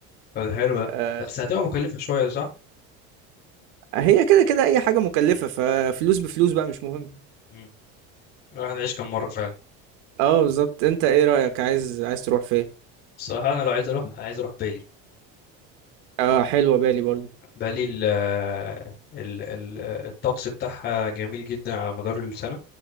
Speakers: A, on the left; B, on the right.
A: طب ده حلو ده
B: آه،
A: بس هتبقى مكلفة شوية صح؟
B: هي كده كده اي حاجة مكلفة ففلوس بفلوس بقى مش مهم
A: مم. الواحد عايش كم مرة فعلا
B: اه بالظبط انت ايه رأيك عايز عايز تروح فين
A: الصراحة أنا لو عايز أروح عايز أروح بالي
B: اه حلوة بالي برضو
A: بالي ال ال ال الطقس بتاعها جميل جدا على مدار السنة